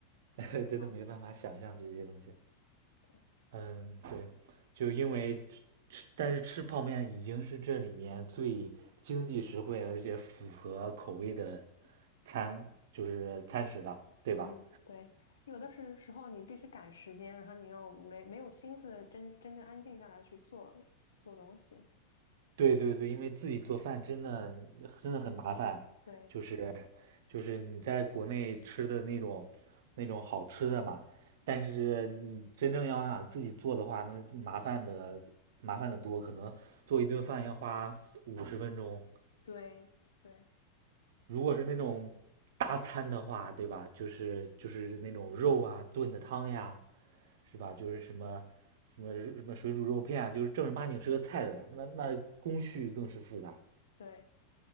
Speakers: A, on the right; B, on the left.
A: <laughs> 真的没办法想象这些东西。
B: 啊。嗯，对，
A: 嗯，对，就因为吃但是吃泡面已经是这里面最经济实惠，而且符合口味的餐，就是餐食了，
B: 嗯
A: 对吧？
B: 嗯，对，有的时时候你必须赶时间，然后你又没没有心思真真正安静下来去做做东西。
A: 对对对，因为自己做饭真的真的很麻烦，
B: 对
A: 就是就是你在国内吃的那种那种好吃的嘛，但是你真正要想自己做的话，那麻烦的麻烦的多，可能做一顿饭要花五十分钟。
B: 对对
A: 如果是那种大餐的话，对吧？就是就是那种肉啊炖的汤呀，是吧？就是什么什么什么水煮肉片啊，就是正儿八经是个菜的，那那工序更是复杂。
B: 对，